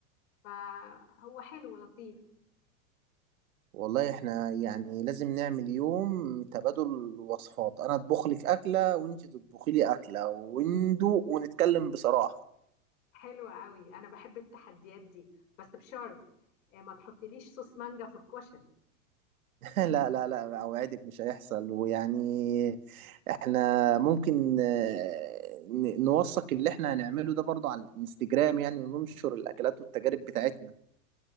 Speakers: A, on the left; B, on the right.
A: فهو حلو لطيف
B: والله احنا يعني لازم نعمل يوم تبادل وصفات انا اطبخ لك اكله وانت تطبخي لي اكله وندوق ونتكلم بصراحه
A: حلو قوي انا بحب التحديات دي بس بشرط آه، ما تحطليش صوص مانجا في الكشري
B: <laughs> لا لا لا أوعدك مش هيحصل ويعني احنا ممكن آه، ن- نوثق اللي احنا هنعمله ده برضه على الانستجرام يعني وننشر الأكلات والتجارب بتاعتنا